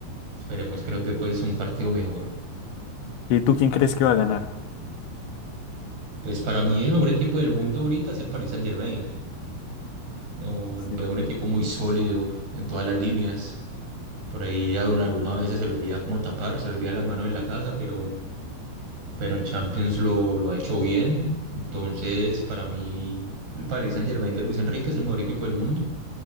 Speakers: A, on the right (about 55°); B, on the left (about 75°).
A: esperemos que nos dé pues un partido mejor.
B: ¿Y tú quién crees que va a ganar?
A: Pues para mí el mejor equipo del mundo ahorita es el Paris Saint-Germain. No,
B: Sí,
A: veo un equipo muy sólido en todas las líneas. Por ahí a Donnarumma a veces se le olvida como tapar, se le olvida las manos en la casa, pero pero en Champions lo, lo ha hecho bien. Entonces, para mí, el Paris Saint-Germain de Luis Enrique es el mejor equipo del mundo